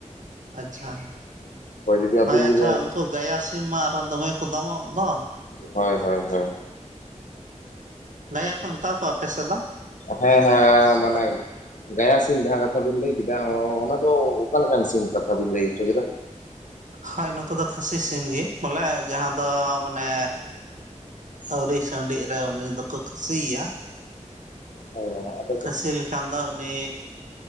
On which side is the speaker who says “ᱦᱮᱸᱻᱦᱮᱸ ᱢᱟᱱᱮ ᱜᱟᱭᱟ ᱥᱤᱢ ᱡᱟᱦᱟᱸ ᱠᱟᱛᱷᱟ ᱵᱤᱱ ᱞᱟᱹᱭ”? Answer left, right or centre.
Left